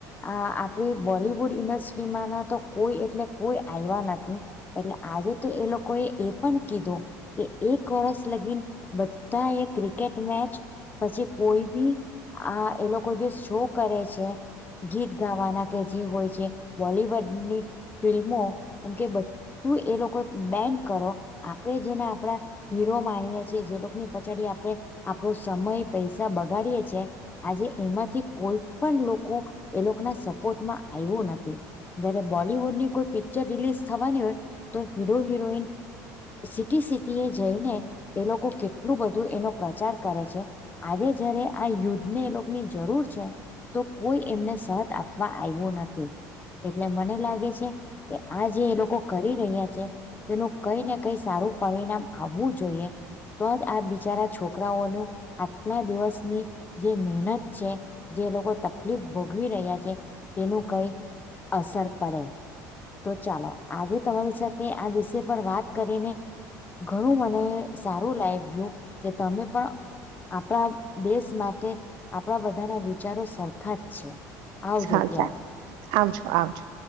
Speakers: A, on the left (about 25°); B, on the right (about 75°).
A: આ આપડી બોલિવુડ ઇન્ડસ્ટ્રીમાં ના તો કોઈ એટલે કોઈ આવ્યા નથી. પણ આજે તો એ લોકોએ એ પણ કીધું કે એક વર્ષ લગીન બધા એક ક્રિકેટ મેચ પછી કોઈ બી આ એ લોકો જે શો કરે છે. ગીત ગાવાના કે જે હોય છે બોલીવડની ફિલ્મો કેમ કે બધું એ લોકો બેન કરો આપણે જેના આપણા હીરો માણીએ છીએ જે લોકો ની પછાડી આપણે આપણો સમય પૈસા બગાડીએ છીએ આજે એમાંથી કોઈ પણ લોકો એ લોકો ના સપોર્ટમાં આયવુ નથી જયારે બોલીવુડ ની કોઈ પિક્ચર રિલીઝ થવાની હોય તો હીરો હિરોઈન સિટી સિટી એ જઈને એ લોકો કેટલું બધું એનો પ્રચાર કરે છે આજે જયારે આ યુદ્ધ એને એલોકની જરૂર છે તો કોઈ એમને સાથ આપવા આયવો નથી. એટલે મને લાગે છે કે આ જે એ લોકો કરી રહ્યા છે. તેનું કઈ ને કઈ સારું પરિણામ આવવું જોઈએ તોજ આ બિચારા છોકરાઓનું આટલા દિવસની જે મહેનત છે જે લોકો તકલીફ ભોગવી રહ્યા છે. તેનું કંઈક અસર પડે તો ચાલો આજે તમારી સાથે આ વિષય પર વાત કરીને ઘણું મને સારું લાય ગ્યું. કે તમે પણ આપણા દેશ માટે આપણા બધાના વિચારો સરખા જ છે. આવજો
B: હ સારુ
A: ત્યારે
B: આવજો આવજો.